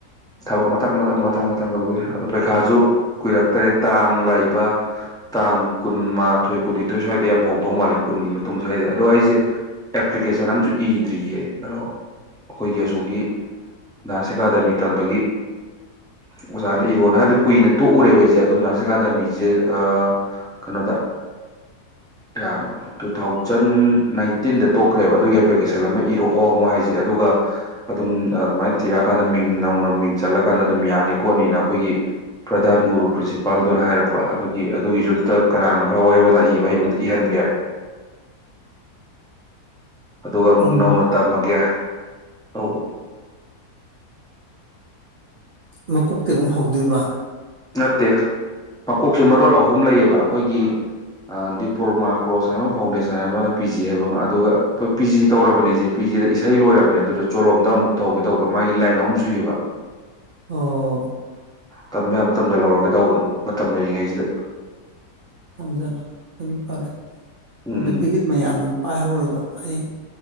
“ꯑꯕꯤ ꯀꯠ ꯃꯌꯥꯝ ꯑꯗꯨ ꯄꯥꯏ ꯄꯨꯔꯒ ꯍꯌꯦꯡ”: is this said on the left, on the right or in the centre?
Right